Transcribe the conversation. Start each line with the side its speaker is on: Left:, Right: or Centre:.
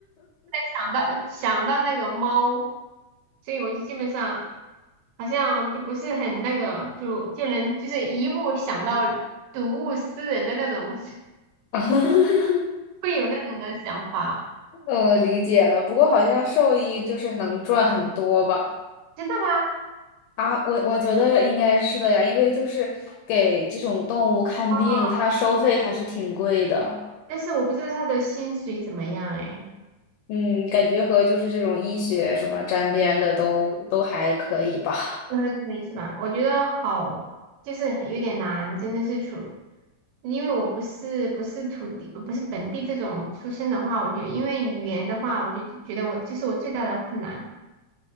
Right: 想到想到那个猫，所以我就基本上好像就不是很那个，就就能就是一物想到睹物思人的那种，<laughs>
Left: <laughs>
Right: 会有那种的想法，
Left: 我理解了。不过好像兽医就是能赚很多吧？
Right: 真的吗？
Left: 啊，我我觉得应该是的呀，因为就是给这种动物看病，
Right: 啊，
Left: 它收费还是挺贵的。
Right: 但是我不知道他的薪水怎么样哎。
Left: 嗯，感觉和就是这种医学什么沾边的都都还可以吧。
Right: 都还可以是吧？我觉得好，就是有点难，真的是处，因为我不是不是土地，不是本地这种出身的话，我就因为语言的话，我就觉得我这是我最大的困难，